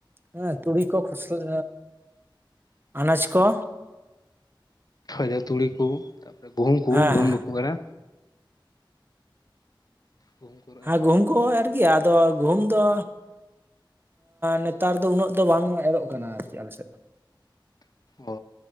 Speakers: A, on the right; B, on the left.
A: ᱦᱮᱸ ᱛᱩᱲᱤ ᱠᱚ ᱠᱷᱚᱥ ᱟᱸᱻ ᱟᱱᱟᱡᱽ ᱠᱚ
B: ᱡᱟᱦᱟ ᱛᱩᱲᱤ ᱠᱩ ᱛᱟᱨᱯᱚᱨᱮ ᱜᱩᱦᱩᱢ ᱠᱩ
A: ᱦᱮᱸ
B: ᱜᱩᱦᱩᱢ
A: ᱦᱮᱸ
B: ᱵᱟᱠᱚ ᱮᱨᱟ ᱜᱩᱦᱩᱢ ᱠᱚ
A: ᱦᱮᱸ
B: ᱮᱨ ᱵᱟᱲᱟᱭ
A: ᱜᱩᱦᱩᱢ
B: ᱦᱩᱭᱩᱜ
A: ᱠᱚ ᱦᱚ ᱮᱨ ᱜᱮᱭᱟ <unintelligible> ᱜᱩᱦᱩᱢ ᱫᱚ ᱱᱮᱛᱟᱨ ᱫᱚ ᱩᱱᱟᱹᱜ ᱫᱚ ᱵᱟᱝ ᱮᱨᱚᱜ ᱠᱟᱱᱟ ᱟᱨᱠᱤ ᱟᱞᱮ ᱥᱮᱫ
B: ᱚ